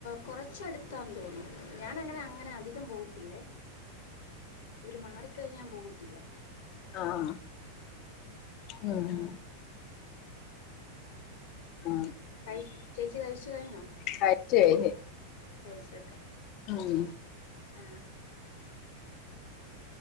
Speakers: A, on the left; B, on the left.
A: കൊറച്ചടുത്താണ് തോന്നുന്നു ഞാാനങ്ങനെ അങ്ങനെ അധികം പോവത്തില്ല ഇവര് മാറിക്കഴിഞ്ഞാ ഞാൻ പോകും ഇല്ല
B: ആ ആ മ് മ് ആ
A: കഴി ചേച്ചി കഴിച്ചു കഴിഞ്ഞോ
B: കഴിച്ചു കഴിഞ്ഞ്
A: കഴിച്ചല്ലേ
B: ഉം
A: ആഹ്